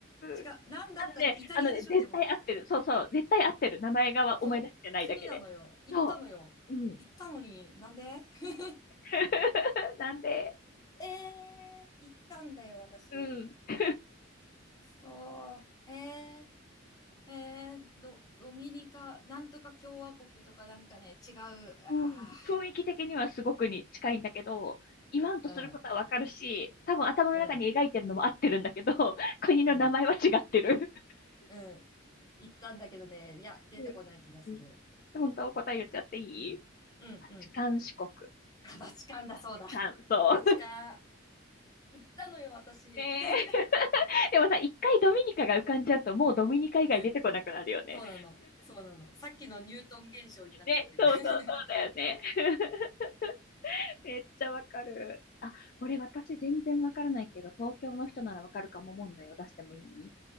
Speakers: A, on the left; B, on the left.
A: 違う。
B: う。
A: なんだったっけイタリアでしょ、
B: あのね、あのね、絶対合ってる。
A: でも。
B: そうそう、絶対合ってる。名前が思い出せてないだけで。
A: そう。国なのよ。行ったのよ。
B: そう。うん。
A: 行ったのに、なんで <laughs>
B: <laughs> なんで、
A: えー、行ったんだよ、私。
B: うん。<laughs>
A: くそー。えー。えー、ド、ドミニカ、なんとか共和国とかなんかね、違う。あ
B: うん。雰囲気的にはすごくに近いんだけど、言わんとすることはわかるし、
A: あ、うん、
B: 多分頭の中に描いてるのも合ってるんだけど、
A: うん、
B: <laughs> 国の名前は違ってる。
A: うん、うん。行ったんだけどね、いや、出てこない気がする。
B: うんうん本当答え言っちゃっていい
A: うん、うん、
B: バチカン四国。
A: うん。
B: バ
A: あ、バチカンだ、
B: チカン、
A: そうだ。
B: そう。
A: バチカン。行ったのよ、私。
B: ねえ。
A: <laughs>
B: でもさ、一回ドミニカが浮かんじゃうと、もうドミニカ以外出てこなくなるよね。
A: うん、そうなの。そうなの。さっきのニュートン現象になっちゃってる。
B: ね、そうそうそうだよね。
A: <laughs>
B: <laughs> めっちゃわかる。あ、これ私全然わからないけど、東京の人ならわかるかも問題を出してもいい